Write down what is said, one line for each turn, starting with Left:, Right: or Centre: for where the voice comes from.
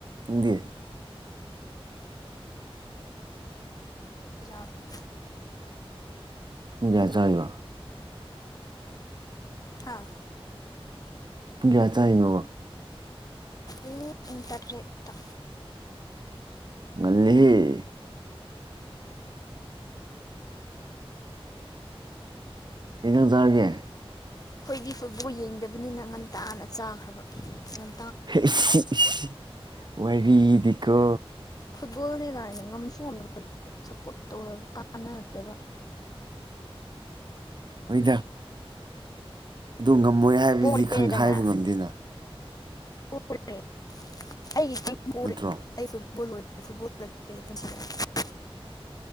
Right: ꯅꯪꯗꯤ
Left: ꯏꯖꯥꯝꯅꯤ
Right: ꯄꯨꯡ ꯀꯌꯥ ꯔꯤꯕ
Left: ꯍꯥꯥ
Right: ꯄꯨꯡ ꯀꯌꯥ ꯆꯥꯏꯅꯣꯕ
Left: ꯎ ꯏꯟꯇꯔꯦꯠꯇ
Right: ꯉꯜꯂꯤꯍꯦ ꯀꯩ ꯏꯟꯖꯥꯡ ꯆꯥꯒꯦ
Left: ꯑꯩꯈꯣꯏꯗꯤ ꯐꯨꯠꯕꯣꯜ ꯌꯦꯡꯗꯕꯅꯤꯅ ꯉꯟꯇꯥꯅ ꯆꯥꯈ꯭ꯔꯕ ꯉꯟ
Right: ꯏꯁꯤ ꯏꯁ ꯋꯥꯔꯤꯗꯤꯀꯣ
Left: ꯐꯨꯠꯕꯣꯜꯅꯦ ꯀꯥꯏꯅ ꯉꯝꯁꯨ ꯉꯝꯗꯅꯕ ꯁꯞꯄꯣꯠ ꯇꯧꯔꯒ ꯀꯥꯟꯅꯗꯕ
Right: ꯑꯣꯏꯗ ꯑꯗꯨ ꯉꯝꯃꯣꯏ ꯍꯥꯏꯕꯗꯤ
Left: ꯄꯣꯔꯦꯗꯅ
Right: ꯈꯪ ꯍꯥꯏꯕ ꯉꯝꯗꯦꯅ
Left: <unintelligible> ꯑꯩ ꯐꯨꯠꯕꯣꯜ
Right: ꯅꯠꯇ꯭ꯔꯣ
Left: ꯑꯣꯏꯔꯦ ꯐꯨꯠꯕꯣꯜ <unintelligible>